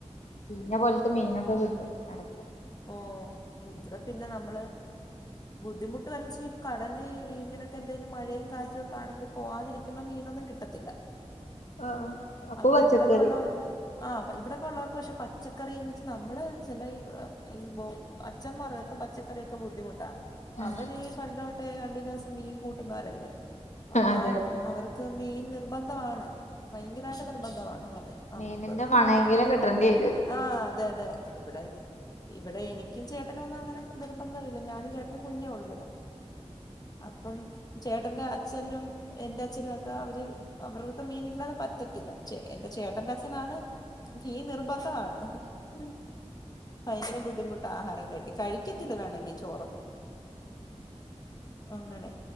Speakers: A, on the left; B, on the left.
A: ചി ഞ്ഞ പോൽത്തെ മീനൊക്കെ കിട്ടും അടെക്ക്
B: ഓ ഇവ്ടെ പിന്നെ നമ്മള് ബുദ്ധിമുട്ട് വരാച്ച ഈ കടല് ഇങ്ങനക്കെ എന്തെലും മഴയും കാറ്റും ഒക്കെ ആണെങ്കി പോവാതിരിക്കുമ്പ മീനൊന്നും കിട്ടത്തില്ല
A: ആഹ് അപ്പൊ
B: അപ്പ
A: പച്ചക്കറി
B: ഇവ്ടൊക്കെ ഒള്ളവെർ ആഹ് ഇപ്പ ഇവ്ടൊക്കെ ഉള്ളവെർക്ക് പക്ഷെ പച്ചക്കറി നമ്മെൾ ചെല ഈ പ്രൊ ഈ ബോ അച്ചന്മാർക്കൊക്കെ പച്ചക്കറിയൊക്കെ ബുദ്ധിമുട്ടാ
A: ഉം
B: അവര് ഈ പണ്ട് തൊ ട്ടെ കണ്ടിന്യൂസ് ‌ മീൻ കൂട്ടുന്നോര് അല്ലെ? അപ്പം
A: അതെ
B: അവർക്ക് മീൻ നിർ നിർബന്ധവാണ് സ്ഥിരായിട്ട് നിർബന്ധവാണ് ന നമുക്കൊന്നും
A: മീനിന്റെ
B: ഇവടെ
A: മണെങ്കിലും കിട്ടേണ്ടി വരും
B: ആഹ് അതെ അതെ ഇവിടെ ഇവിടെ എനിക്കും ചേ ട്ടനൊന്നും അങ്ങനെ നിർബന്ധവില്ല ഞാനും ചേട്ടനും കുഞ്ഞു ഒള്ളൂ ഇവടെ അപ്പം ചേട്ടന്റെ അച്ഛനും എന്റെ അച്ഛനും ഒക്കെ അവര് അവർക്കൊക്കെ മീനില്ലാതെ പ റ്റത്തില്ല ചേ എന്റെ ചേട്ടന്റെ അച്ഛനാണ് മീൻ നിർബന്ധവാണ്. ഉം ഭയങ്കര ബുദ്ധിമുട്ട ആഹാരം കഴി കഴിക്കത്തില്ല വേണ്ടെങ്കി ചോറന്നും അങ്ങനെ